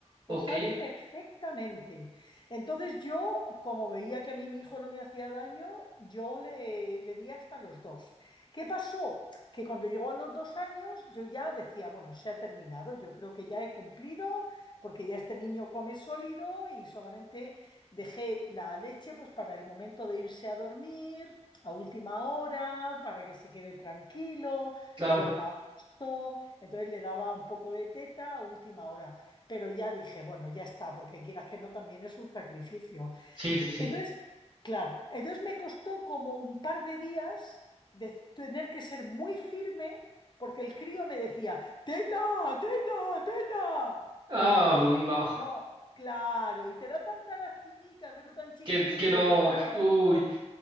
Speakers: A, on the right; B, on the left.
A: Ok,
B: Lo sabe perfectamente. Entonces yo, como veía que a mí mi hijo no me hacía daño, yo le, le di hasta los dos. ¿Qué pasó? que cuando llegó a los dos años yo ya decía, bueno, se ha terminado, yo creo que ya he cumplido, porque ya este niño come sólido y solamente dejé la leche pues para el momento de irse a dormir, a última hora, para que se quede tranquilo,
A: claro.
B: duerma a gusto, entonces le daba un poco de teta a última hora, pero ya dije, bueno, ya está, porque quieras que no, también es un sacrificio.
A: Sí, sí, sí.
B: Entonces, claro, entonces me costó como un par de días de tener que ser muy firme porque el crío me decía, teta, teta, teta.
A: Ah,
B: Y yo le decía,
A: no.
B: no, claro, y te da tanta lastimica verlo tan chiquitico
A: Que, que no.
B: y llorando.
A: que- uy.